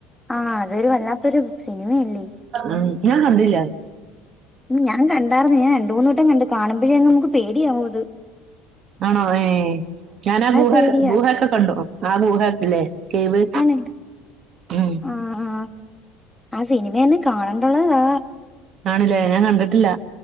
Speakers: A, in the centre; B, on the right (about 50°).
A: ആഹ് അതൊരു വല്ലാത്തൊരു സിനിമായല്ലേ
B: ഉം ഞാൻ കണ്ടില്ല
A: ഞാൻ കണ്ടാർന്ന് ഞാൻ രണ്ട് മൂന്നട്ടം കണ്ട് കാണുമ്പഴേ അങ്ങ് നമുക്ക് പേടിയാവും അ ത്.
B: ആണോ ഏഹ് ഞാൻ ആ ഗുഹ
A: പേടിയാ
B: ഗുഹക്കെ കണ്ടു. ആ ഗുഹ ല്ലേ കേവ്.
A: ആണ്
B: ഉം
A: ആഹ് ആഹ് ആ സിനിമയൊന്ന് കാണണ്ട്ള്ളതാ.
B: ആണ്ല്ലേ ഞാൻ കണ്ടിട്ടി ല്ല